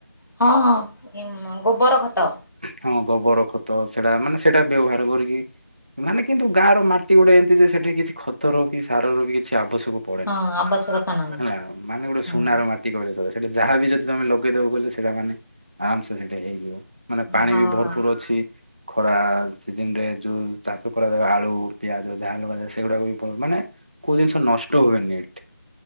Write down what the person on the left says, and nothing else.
ହଁ ହଁ ଏ ମ ଗୋବର ଖତ।
ହଁ ଆବଶ୍ୟକତା ନାହିଁ
ହଁ
ହଁ